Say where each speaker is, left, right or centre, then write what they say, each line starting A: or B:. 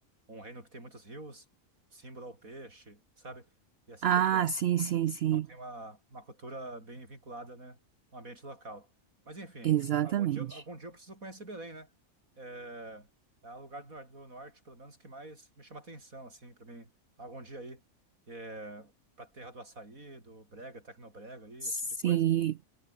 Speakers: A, on the right; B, on the right.
A: um reino que tem muitos rios, símbolo ao peixe, sabe? E assim
B: Ah,
A: por diante.
B: sim, sim, sim.
A: Então tem uma, uma cultura bem vinculada, né, ao ambiente local. Mas enfim,
B: Exatamente.
A: algum dia, eu- algum dia eu preciso conhecer Belém, né? É, é o lugar do, nor- do norte, pelo menos, que mais me chama atenção, assim, para mim. Algum dia aí, é, para terra do açaí, do brega, tecnobrega, aí,
B: Sim.
A: esse tipo de coisa.